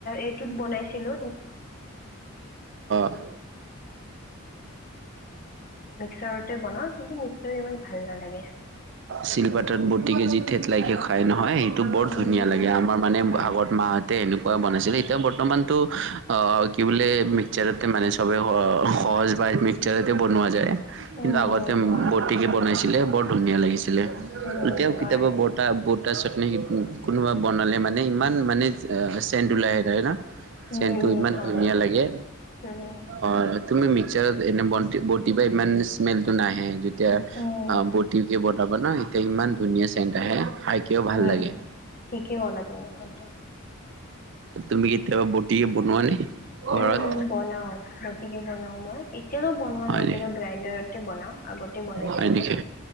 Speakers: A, on the left (about 40°); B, on the right (about 55°).
A: এইটোত বনাইছিলো
B: অ
A: <inaudible> বনাও কিন্তু মিক্সাৰ ইমান ভাল নালাগে
B: শিলপাতত বটি কেজিত ঠেত লাইকে খাই নহয় টো বৰ
A: উম
B: ধুনীয়া
A: উম
B: লাগে আমাৰ মানে
A: উম
B: আগত মাহঁতে এেনেকুৱা বনাইছিলে এতিয়া বৰ্তমানতটো অ কি বোলে মিক্সাৰতে মানে চবে সহজ পায় মিক্সাৰতে বনোৱা যায়।
A: উম
B: কিন্তু আগতে
A: উম উম উম হয়
B: বৰ্তিকে বনাইছিলে বৰ ধুনীয়া লাগিছিল। এতিয়াও
A: উম হয়
B: কেতিয়াবা বৰ্তা ব চটনি কোনোবা বনালে মানে ইমান মানে চেণ্ট উলাই এটা ন।
A: উম।
B: ত
A: উম
B: ইমান
A: হয়
B: ধুনীয়া লাগে
A: উম
B: হয়। তুমি মিক্সাৰত এনে বটি বটি বা ইমান স্মেলটো নাহে যেতিয়া
A: উম
B: বটি কে ৰ'ব ন এতিয়া ইমান ধুনীয়া চেণ্ট আহে। খাইকেও ভাল
A: উম
B: লাগে।
A: ঠিকেই কৰা তুমি সেইটো।
B: তুমি কেতিয়াবা বটি বনোৱা নে? ঘৰত
A: উম উম বনাও গতিকে বনাও মই। এতিয়াও বনোৱা
B: হয়
A: নাই এতিয়া
B: নে
A: গ্ৰাইণ্ডাৰতে বনাও আগতে বনাইছিলো।
B: হয় নেকি?